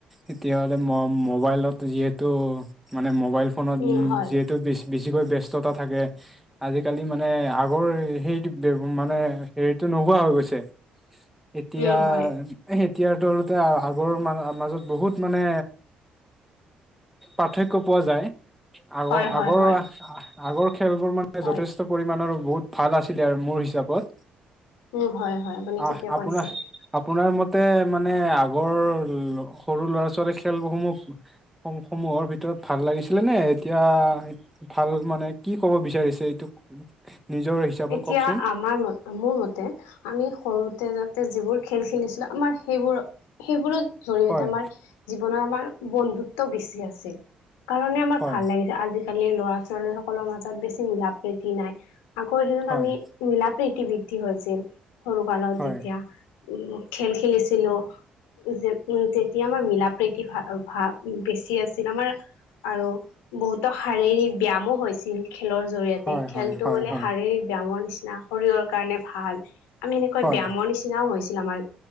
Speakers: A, in the centre; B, on the left.
A: এতিয়া মোবাইলত যিহেতু মানে মবাইল ফোনত
B: উম
A: উ
B: হয়
A: যিহেতু বেছি বেছিকৈ ব্যস্ততা থাকে আজিকালি মানে আগৰ সেইটো মানে হেৰিতটো নহো পোৱা হৈ গৈছে এতিয়া
B: উম হয়
A: এতিয়াৰ তলতে আগৰ মাজত বহুত মানে পাৰ্থক্য পোৱা যায়। আগৰ
B: হয় হয়
A: আগৰ
B: হয়
A: আগৰ খেলবোৰ মানে
B: হয়
A: যথেষ্ট পৰিমানণৰ। বহুত ভাল আছিলে আৰু মোৰ হিচাপত।
B: উম হয় হয় আপুনি
A: আহ
B: ঠিকে
A: আপোনাৰ
B: কৈছে
A: আপোনাৰ মতে তে মানে আগৰ সৰু ল'ৰা ছোৱালী খেলসমূহ সমূহৰ ভিতৰত। ভাল লাগিছিলে নে এতিয়া ভাল মানে কি ক'ব বিচাৰিছে এইটো। নিজৰ হিচাপত
B: এতিয়া
A: কওকচোন
B: আমাৰ ম মোৰ মতে আমি সৰুতে যাতে যিবোৰ খেল খেলিছিলো। আমাৰ সেইবোৰ সেইবোৰৰ জৰিয়তে
A: হয়
B: আমাৰ জীৱনৰত আমাৰ বন্ধুত্ব বেছি আছে, কাৰণে আমাৰ
A: হয়
B: ভাল লাগিছে আজিকালি। ল'ৰা ছোৱালী সকলৰ মাজত বেছি মিলা প্ৰীতি নাই আগৰ দিনত
A: হয়
B: আমি মিলা প্ৰীতি বৃদ্ধি হৈছিল সৰু কালত
A: হয়
B: যেতিয়া উ খেল খেলিছিলো। যে উ যেতিয়া আমাৰ মিলা প্ৰীতি ভাব বেছি আছিল আমাৰ। আৰু বহুতো শাৰীৰিক ব্যায়াম হৈছিল খেলৰ জৰিয়তে
A: হয় হয়
B: খেলতো
A: হয়
B: বোলে।
A: হয়
B: ব ব্যায়ামৰ নিচিনা শৰীৰৰ কাৰণে ভাল। আমি এনেকৈ
A: হয়
B: ব্যায়ামৰ
A: হয়
B: নিচিনাও হৈছিল আমাৰ।